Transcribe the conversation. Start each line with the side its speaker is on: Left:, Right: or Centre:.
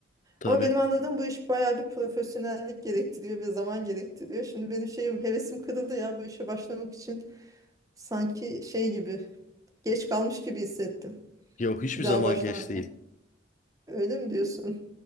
Left: Tabii.
Right: Ama benim anladığım bu iş bayağı bir profesyonellik gerektiriyor ve zaman gerektiriyor. Şimdi benim şeyim hevesim kırıldı ya bu işe başlamak için sanki şey gibi geç kalmış gibi hissettim.
Left: Yok hiçbir
Right: Bir daha
Left: zaman
Right: baştan
Left: geç değil.
Right: öyle mi diyorsun?